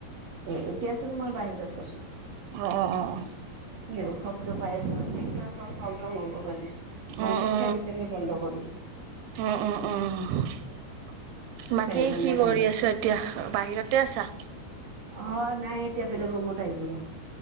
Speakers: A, on the right; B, on the right.
A: এ, এতিয়াচোন মই বাহিৰত আছোঁ।
B: অ', অ', অ', অ'।
A: কি হ'ল শব্দ পায়ে আছে, নেটৱৰ্কৰ প্ৰব্লেম হ'ব পাৰে। মইচোন
B: উ, উ,
A: ফেন চেনো বন্ধ কৰিলো
B: উ, উ, উ, উ। বাকী
A: বেলেগ ৰুমত
B: কি কৰি
A: আহিলো
B: আছ এতিয়া, বাহিৰতে আছা?
A: অ' নাই এতিয়া বেলেগ ৰুমত আহিলোঁ।